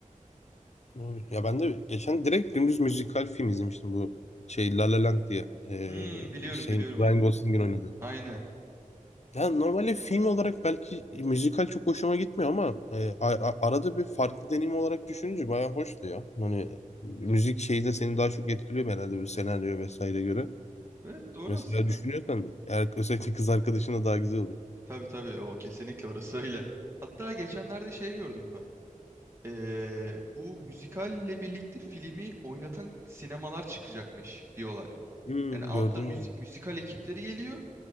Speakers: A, on the left (about 55°); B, on the right (about 20°).
A: Doğru. Ya ben de geçen direkt dümdüz müzikal film izlemiştim bu şey La La Land diye. Ee,
B: Hmm, biliyorum
A: şeyin
B: biliyorum onu.
A: Ryan Gosling'in oynadığı.
B: Aynen.
A: Yani normalde film olarak belki müzikal çok hoşuma gitmiyor ama e, a- a- arada bir farklı deneyim olarak düşününce bayağı hoştu ya. Hani müzik şeyi de seni daha çok etkiliyor herhalde bir senaryo vesaire göre.
B: Evet doğru
A: Mesela
B: aslında.
A: düşünüyorsan eğer özellikle kız arkadaşına daha güzel oluyor.
B: Tabii tabii o kesinlikle orası öyle. Hatta geçenlerde şey gördüm ben. Ee, bu müzikalle birlikte filmi oynatan sinemalar çıkacakmış diyorlar.
A: Hmm,
B: Yani altta
A: gördüm
B: müzi-
A: öyle.
B: müzikal ekipleri geliyor.